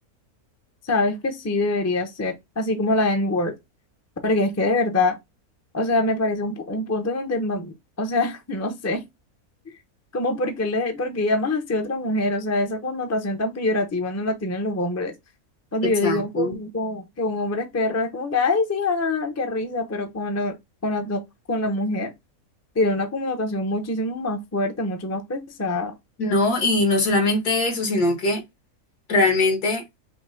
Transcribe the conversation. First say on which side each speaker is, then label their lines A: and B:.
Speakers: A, on the left; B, on the left.
A: sabes que sí debería ser, así como la N-word, porque es que de verdad, o sea, me parece un, pu- un punto donde, ma- o sea, <laughs> no sé. Como porque le, porque llamas así a otra mujer, o sea, esa connotación tan peyorativa no la tienen los hombres. Cuando
B: Exacto.
A: yo digo como- como que un hombre es perro, es como que, ay, sí, ah, qué risa, pero con la, con la, do- con la mujer tiene una connotación muchísimo más fuerte, mucho más pesada.
B: No, y no solamente eso, sino que realmente